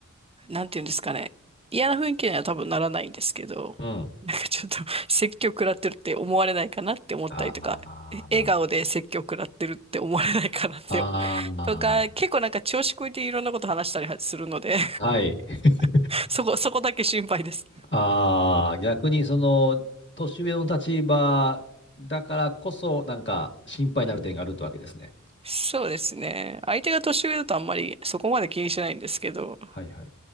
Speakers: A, on the right (about 20°); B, on the left (about 35°).
A: なんていうんですかね。嫌な雰囲気には多分ならないんですけど、
B: あ、うん。
A: なんかちょっと <laughs> 説教食らってるって思われないかなって思ったりとか、
B: ああ、
A: え笑顔で説教食らってるって思われないかなって、
B: あ
A: とか、結構なんか調子こいていろんなこと話したりはするので
B: あ、はい。<laughs>
A: <laughs> そこ、そこだけ心配です。
B: ああ、逆にその、年上の立場だからこそ、なんか心配になる点があるってわけですね。
A: うん。そうですね。相手が年上だとあんまりそこまで気にしないんですけど、
B: はいはいはい。